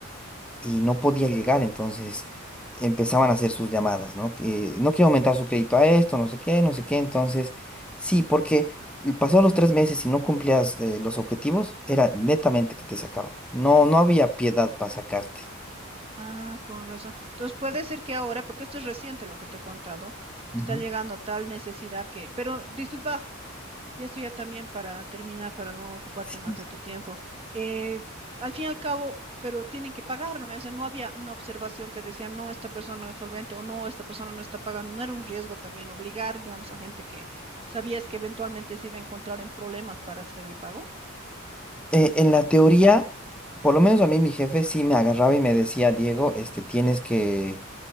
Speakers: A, in the centre; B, on the right.
A: y no podía llegar, entonces empezaban a hacer sus llamadas, ¿no? Que no quiero aumentar su crédito a esto, no sé qué, no sé qué, entonces sí, porque pasó los tres meses y no cumplías eh, los objetivos, era netamente que te sacaban, no, no había piedad para sacarte.
B: Ah, con razón. Entonces puede ser que ahora, porque esto es reciente lo que te he contado,
A: Ujú.
B: está llegando a tal necesidad que, pero disculpa, y esto ya también para terminar, para no ocuparte
A: Sí,
B: más de tu tiempo. eh, al fin y al cabo, pero tienen que pagar, ¿no? O sea, no había una observación que decía, no, esta persona no es solvente o no, esta persona no está pagando. No era un riesgo también obligar, digamos, a gente que sabías que eventualmente se iba a encontrar en problemas para hacer el pago.
A: eh, en la teoría, por lo menos a mí mi jefe sí me agarraba y me decía, Diego, este, tienes que